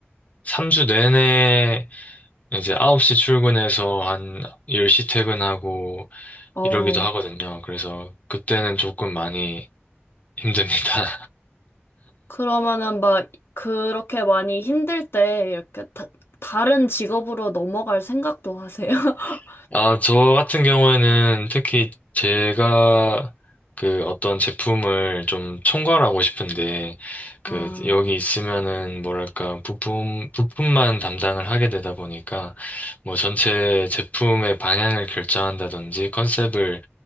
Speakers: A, on the left (about 35°); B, on the left (about 60°).
A: 3주 내내 이제 9시 출근해서 한 10시 퇴근하고
B: 어,
A: 이러기도 하거든요. 그래서 그때는 조금 많이 힘듭니다.
B: 그러면은 막 그렇게 많이 힘들 때 이렇게 다, 다른 직업으로 넘어갈 생각도 하세요? <laughs>
A: <laughs> 아, 저 같은 경우에는 특히 제가 그 어떤 제품을 좀 총괄하고 싶은데 그
B: 아,
A: 여기 있으면은 뭐랄까 부품 부품만 담당을 하게 되다 보니까 뭐 전체 제품의 방향을 결정한다든지 컨셉을